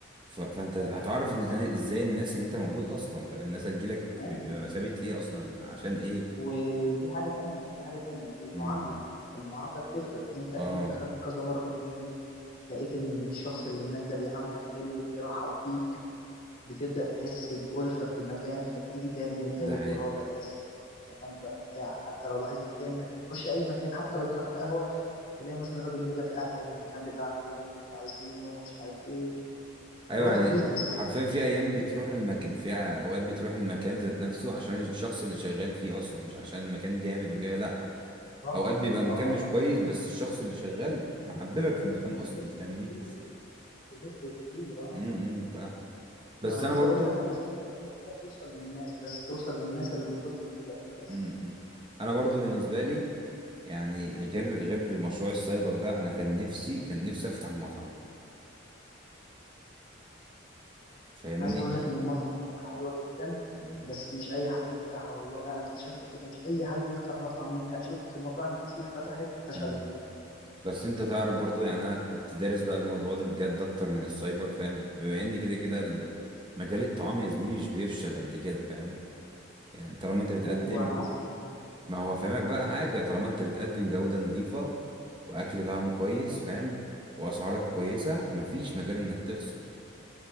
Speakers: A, on the right (about 25°); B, on the left (about 45°).
A: ف... فانت هتعرف
B: ايوه
A: ان ازاي إزاي الناس ان انت موجود اصلا فالناس هتجيلك
B: ايوه
A: ب- بمثابه ايه اصلا عشان ايه
B: وفي حاجة تانية وفي حاجة تانية المعاملة
A: امم
B: المعاملة بتفرق انت اكيد
A: اه
B: دخلت كذا مرة مكان لقيت ان الشخص اللي هناك ده بيعاملك حلو بيرحب بيك بتبدأ تحس بألفة في المكان فبتيجي تاني وتالت
A: ده حقيقه
B: ورابع تحس المكان بقى بتاعك حتى لو لاحظت تلاقي انك بتخش اي مكان حتى لو دخلت قهوه تلاقي مثلا الراجل بيقول لك اهلا المكان بتاعكم انتوا عايزينه مش عارف ايه
A: ايوه
B: هو
A: يعني
B: ده البيزنس
A: حرفيا في ايام بتروح المكان في اوقات بتروح المكان ذات نفسه عشان الشخص اللي شغال فيه اصلا مش عشان المكان جامد وكده لا
B: طبعا
A: اوقات بيبقى المكان
B: طبعا
A: مش كويس بس الشخص اللي شغال محببك في المكان
B: بتفرق
A: اصلا فاهمني
B: كتير بتفرق كتير اه
A: امم أمم، فاهم بس
B: انا عايز
A: انا برضو
B: اقول لك انا عايز اقول لك اهم حاجه توصل للناس بس توصل للناس اللي المفروض تجي لك بس
A: امم امم. انا برضو بالنسبه لي يعني غير غير مشروع السايبر ده انا كان نفسي كان نفسي افتح مطعم فاهمني
B: عايز اقول لك ان المطعم ده فكره حلوه جدا
A: مم.
B: بس مش اي حد يفتحها والله انا اكتشفت كده مش اي حد يفتح مطعم ينجح شفت مطاعم كتير فتحت وفشلت
A: مم. بس انت تعرف برضو يعني انا كنت دارس بقى الموضوع ده بجد اكتر من السايبر فاهم بما ان كده كده ال- مجال الطعام يا زميلي مش بيفشل قد كده فاهم يعني طالما انت بتقدم
B: هو على حسب يعني.
A: ما هو فاهمك بقى حاجه طالما انت بتقدم جوده نظيفه واكل طعمه كويس فاهم واسعارك كويسه مفيش مجال انك تخسر